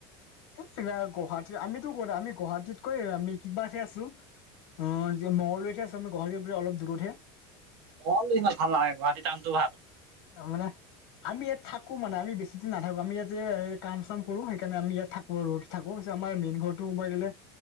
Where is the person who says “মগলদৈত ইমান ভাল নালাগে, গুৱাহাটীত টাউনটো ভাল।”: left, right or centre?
Right